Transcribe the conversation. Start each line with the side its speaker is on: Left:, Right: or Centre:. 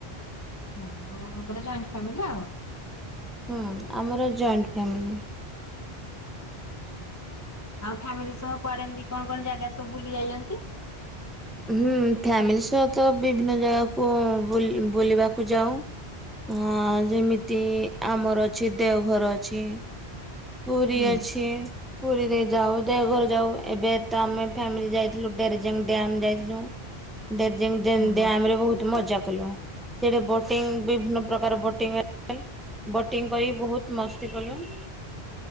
Left: ହଁ ତାହେଲେ ଆପଣଙ୍କର ଜଏଣ୍ଟ ଫ୍ୟାମିଲି ଆଉ।
Centre: ହୁଁ ଆମର ଜଏଣ୍ଟ ଫ୍ୟାମିଲି।
Left: ଆଉ ଫ୍ୟାମିଲି ସହ କୁଆଡେ ଏମିତି କଣ, କଣ ଜାଗା ସବୁ ବୁଲି ଯାଇଛନ୍ତି?
Centre: ହୁଁ ଫ୍ୟାମିଲି ସହ ତ ବିଭିନ୍ନ ଜାଗାକୁ ବୁଲି ବୁଲିବାକୁ ଯାଉ। ହଁ ଯେମିତି ଆମର ଅଛି ଦେଓଘର ଅଛି। ପୁରୀ
Left: ହୁଁ।
Centre: ଅଛି। ପୁରୀରେ ଯାଉ, ଦେଓଘର ଯାଉ, ଏବେ ତ ଆମେ ଫ୍ୟାମିଲି ଯାଇଥିଲୁ ଡେରଜେଙ୍ଗ ଡ୍ୟାମ ଯାଇଥିଲୁ। ହ <unintelligible> ଡେରଜ୍ୟାଙ୍ଗ ଡେନ
Left: ଓହୋ
Centre: ଡ୍ୟାମ ରେ ବହୁତ ମଜା କଲୁ। ସେଇଠି ବୋଟିଂ ବିଭିନ୍ନ ପ୍ରକାର ବୋଟିଂ <unintelligible> ବୋଟିଂ କରି ବହୁତ ମସ୍ତି <inaudible> କଲୁ। <inaudible>